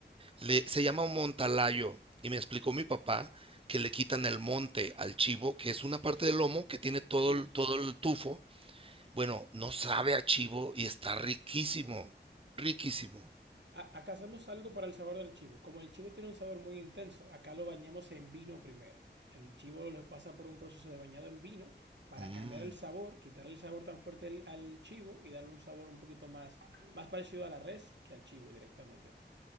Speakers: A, on the right; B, on the right.
A: Le, se llama montalayo y me explicó mi papá que le quitan el monte al chivo, que es una parte del lomo que tiene todo
B: sí.
A: el, todo el tufo. Bueno, no sabe a chivo y está riquísimo, riquísimo.
B: A- acá hacemos algo para el sabor del chivo. Como el chivo tiene un sabor muy intenso, acá lo bañamos en vino primero. El chivo lo pasa por un proceso de bañado en vino para
A: Mm,
B: cambiar el sabor, quitarle el sabor tan fuerte al, al chivo y darle un sabor un poquito más, más parecido a la res que al chivo directamente.